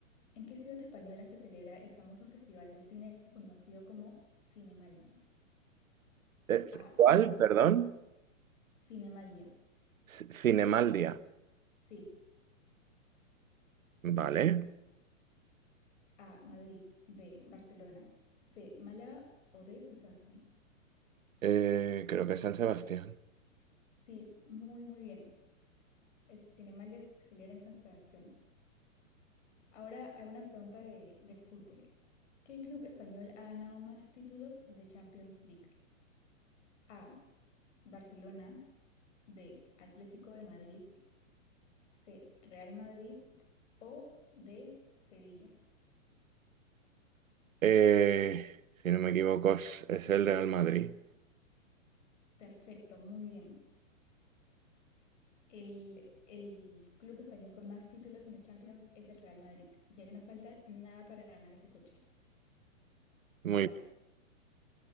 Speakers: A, on the left (about 65°); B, on the right (about 85°).
A: ¿en qué ciudad española se celebra el famoso festival de cine conocido como Cinemaldia?
B: Eh,
A: A.
B: ¿cuál?
A: Madrid.
B: Perdón.
A: Cinemaldia.
B: C- Cinemaldia.
A: Sí,
B: Vale.
A: A. Madrid. B. Barcelona. C. Málaga o D. San Sebastián.
B: Eh, creo que es San Sebastián.
A: Sí, muy, muy bien. El Cinemaldia se celebra en San Sebastián. Ahora, alguna pregunta de, de fútbol. ¿Qué club español ha ganado más títulos de Champions League? A. Barcelona, B, Atlético de Madrid, C, Real Madrid o D, Sevilla.
B: Eh, si no me equivoco, es es el Real Madrid.
A: Perfecto, muy bien. El, el club español con más títulos en la Champions es el Real Madrid. Ya no falta nada para ganar ese coche.
B: Muy
A: Ahora,
B: bien.